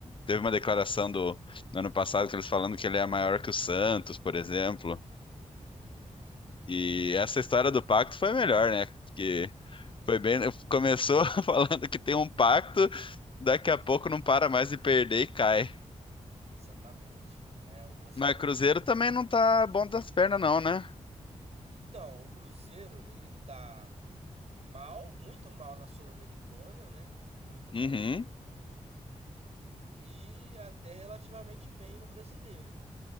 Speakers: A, on the left (about 40°); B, on the right (about 55°).
A: teve uma declaração do, do ano passado que eles falando que ele é maior que o Santos, por exemplo.
B: Uhum,
A: E essa história do pacto foi melhor, né? Porque foi bem, começou <laughs> falando que tem um pacto, daqui a pouco não para mais de perder e cai.
B: exatamente. É, o brasileiro
A: Mas o Cruzeiro
B: do ano.
A: também não tá bom das pernas não, né?
B: Então, o Cruzeiro, ele tá mal, muito mal na Sul-Americana, né? Muito mal
A: Uhum.
B: na Sul-Americana. E até relativamente bem no brasileiro,